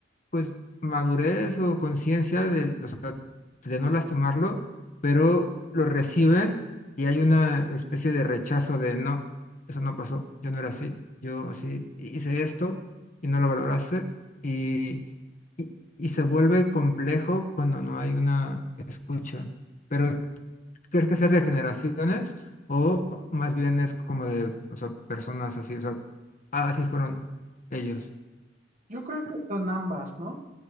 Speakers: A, on the left (about 45°); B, on the right (about 45°).
A: pues, madurez o conciencia de, o sea, de no lastimarlo, pero lo reciben y hay una especie de rechazo de no, eso no pasó, yo no era así, yo así hice esto y no lo valoraste y, y, y se vuelve complejo cuando no hay una escucha. Pero ¿Crees que sea de generaciones o más bien es como de, o sea, personas así, o sea, ah, así fueron ellos?
B: Yo creo que son ambas, ¿no?